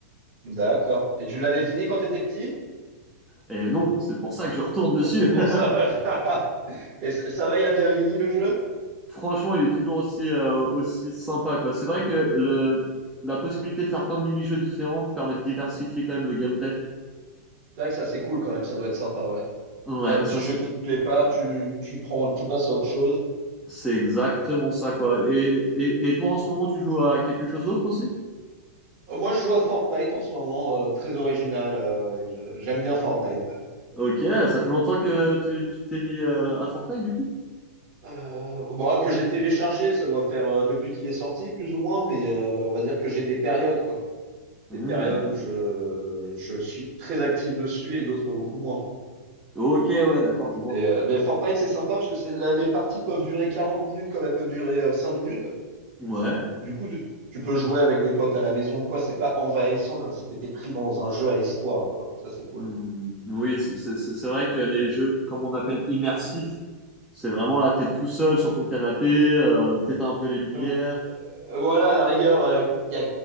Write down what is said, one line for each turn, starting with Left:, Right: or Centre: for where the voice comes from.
Right: D'accord. Et tu l'avais fini quand t'étais petit?
Centre: Et non, c'est pour ça que je retourne dessus.
Right: Ah, C'est pour
Centre: <laughs>
Right: ça. <laughs> Et ça, ça va, il a bien vieilli le jeu?
Centre: Franchement, il est toujours aussi, euh, aussi sympa, quoi. C'est vrai que le, la possibilité de faire plein de mini-jeux différents permet de diversifier quand même le gameplay.
Right: C'est vrai que ça c'est cool quand même, ça doit être sympa, ouais.
Centre: Ouais,
Right: Il y a un petit
Centre: ça,
Right: jeu
Centre: c'est
Right: qui te plaît pas, tu, tu prends, tu passes à autre chose.
Centre: C'est exactement ça, quoi. Et, et, et toi, en ce moment, tu joues à quelque chose d'autre aussi?
Right: Euh, Moi, je joue à Fortnite en ce moment, euh, très original. euh, ouais, je- j'aime bien Fortnite.
Centre: Ok, ça fait longtemps que tu tu t'es mis euh, à Fortnite, du coup?
Right: Euh, bon, ah, que je l'ai téléchargé, ça doit faire euh, depuis qu'il est sorti, plus ou moins, mais euh, on va dire que j'ai des périodes, quoi.
Centre: Hmm.
Right: Des périodes où je, je suis très actif dessus et d'autres beaucoup moins.
Centre: Ok, ouais, d'accord, je vois.
Right: Et, euh, mais Fortnite, c'est sympa parce que c'est, là, les parties peuvent durer 40 minutes comme elles peuvent durer euh, 5 minutes.
Centre: Ouais.
Right: Du coup, tu tu peux jouer avec des potes à la maison ou quoi. C'est pas envahissant comme si tu étais pris dans un jeu à histoire, quoi. Ça, c'est cool.
Centre: Hmm. Oui, c'est c'est- c'est- c'est vrai que les jeux, comme on appelle immersifs, c'est vraiment là, t'es tout seul sur ton canapé, euh, t'éteins un peu les lumières.
Right: Euh, euh, voilà, à la rigueur, euh, il y a